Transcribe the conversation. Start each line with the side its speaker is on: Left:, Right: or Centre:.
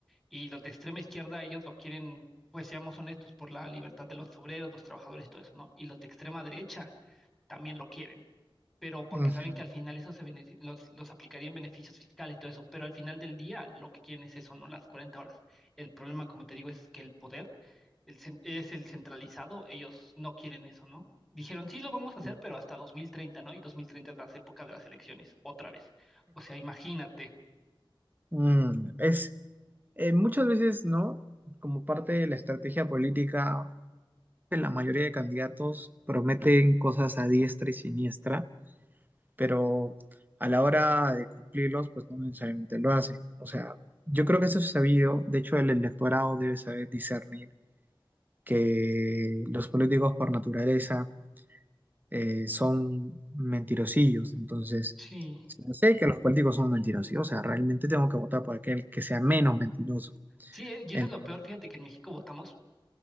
Centre: Y los de extrema izquierda, ellos lo quieren, pues seamos honestos, por la libertad de los obreros, los trabajadores y todo eso, ¿no? Y los de extrema derecha también lo quieren, pero porque
Right: ujú,
Centre: saben que al final eso se bene- los, los aplicaría en beneficios fiscales y todo eso, pero al final del día lo que quieren es eso, no las 40 horas. El problema, como te digo, es que el poder el cen- es el centralizado, ellos no quieren eso, ¿no? Dijeron, sí, lo vamos a hacer,
Right: ujú.
Centre: pero hasta 2030, ¿no? Y 2030 es la época de las elecciones, otra vez. O sea, imagínate.
Right: Mm, es eh, muchas veces, ¿no? Como parte de la estrategia política, la mayoría de candidatos prometen cosas a diestra y siniestra pero a la hora de cumplirlos, pues no necesariamente lo hacen. O sea, yo creo que eso es sabido. De hecho, el electorado debe saber discernir que los políticos por naturaleza eh, son mentirosillos. Entonces,
Centre: Sí,
Right: si yo sé que los políticos son mentirosillos, o sea, realmente tengo que votar por aquel que sea menos mentiroso.
Centre: sí, eh, y eso
Right: En-
Centre: es lo peor, fíjate que en México votamos